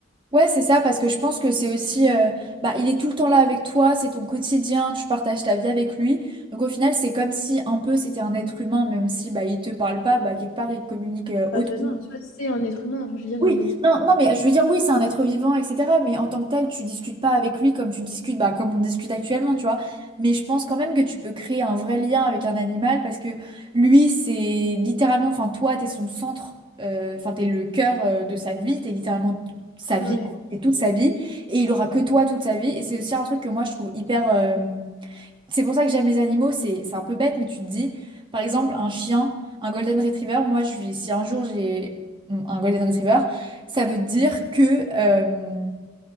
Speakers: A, on the right; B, on the left.
A: Ouais, c'est ça, parce que je pense que c'est aussi, euh, bah, il est tout le temps là avec toi, c'est ton quotidien, tu partages ta vie avec lui. Donc au final, c'est comme si un peu c'était un être humain, même si bah, il te parle pas, bah, quelque part il communique euh, autant.
B: Enfin, de toute façon, en soi, c'est un être humain. Enfin, je veux dire,
A: Oui,
B: il respire.
A: non, non, mais je veux dire, oui, c'est un être vivant, etc. Mais en tant que tel, tu discutes pas avec lui comme tu discutes, bah, comme on discute actuellement, tu vois. Mais je pense quand même que tu peux créer un vrai lien avec un animal parce que lui, c'est littéralement, enfin, toi, t'es son centre, euh, enfin, t'es le cœur euh, de sa vie, t'es littéralement t- sa
B: Ouais.
A: vie, t'es toute sa vie, et il aura que toi toute sa vie. Et c'est aussi un truc que moi, je trouve hyper, euh, c'est pour ça que j'aime les animaux, c'est c'est un peu bête, mais tu te dis, par exemple, un chien, un golden retriever, moi, je lui, si un jour j'ai un golden retriever, ça veut dire que euh,